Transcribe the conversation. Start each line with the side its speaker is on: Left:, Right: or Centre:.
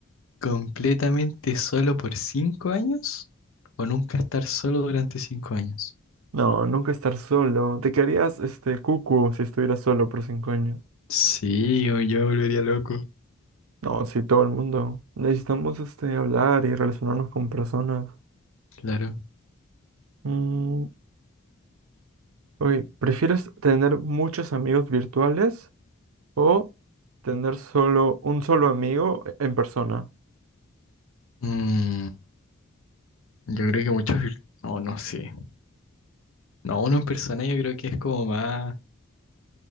Left: completamente solo por cinco años? ¿O nunca estar solo durante cinco años?
Right: No, nunca estar solo. Te quedarías este cucu si estuvieras solo por cinco años.
Left: Sí, o yo me volvería loco.
Right: No, sí, todo el mundo. Necesitamos este hablar y relacionarnos con personas.
Left: Claro.
Right: Mm, Oye, ¿prefieres tener muchos amigos virtuales o tener solo un solo amigo e- en persona?
Left: Mm, yo creo que muchos, vir- no, no sé. No, uno en persona yo creo que es como más,